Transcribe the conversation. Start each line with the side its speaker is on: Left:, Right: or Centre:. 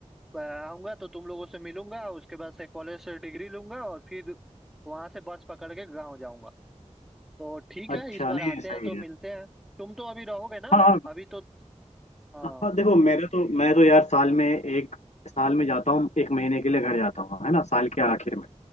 Centre: अ, आऊंगा तो तुम लोगों से मिलूंगा उसके बाद से कॉलेज से डिग्री लूंगा और फिर वहां से बस पकड़ के गाँव जाऊंगा तो ठीक है
Left: अच्छा
Centre: इस बार
Left: नहीं
Centre: आते
Left: सही
Centre: हैं तो मिलते
Left: है
Centre: हैं तुम तो अभी रहोगे ना
Left: हाँ हाँ
Centre: अभी तो हाँ
Left: हाँ, देखो मेरे तो मैं तो यार साल में एक साल में जाता हूँ एक महीने के लिए घर जाता हूँ है ना साल के आखिर में